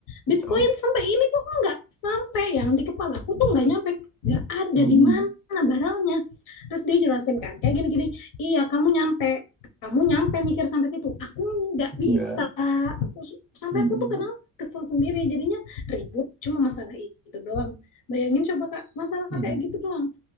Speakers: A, in the centre; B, on the left (about 65°).
A: Betul.
B: Bitcoin sampai ini tuh enggak sampai yang di kepala aku tuh enggak nyampe, enggak ada
A: Mm-mm.
B: di mana barangnya. Terus dia jelasin kan kayak gini-gini. Iya kamu nyampe kamu nyampe mikir sampai situ aku nggak bisa
A: Enggak.
B: aku sampai
A: Mm-mm.
B: aku tuh kenal kesel sendiri jadinya ribut cuma masalah itu doang. Bayangin coba Kak, masalah
A: Mhm.
B: kayak gitu doang.